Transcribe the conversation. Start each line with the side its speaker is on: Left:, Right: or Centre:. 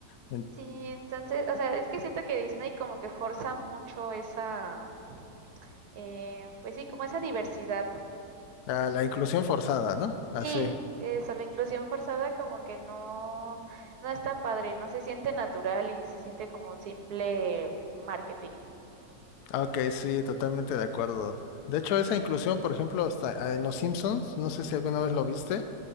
Left: En-
Right: Sí, entonces, o sea, es que siento que Disney como que forza mucho esa, eh, pues sí, como esa diversidad.
Left: ah, la inclusión forzada, ¿no? Así.
Right: Sí, eso, la inclusión forzada como que no, no está padre, no se siente natural y se siente como un simple marketing.
Left: Ah, Ok, sí, totalmente de acuerdo. De hecho, esa inclusión, por ejemplo, hasta en Los Simpsons, no sé si alguna vez lo viste,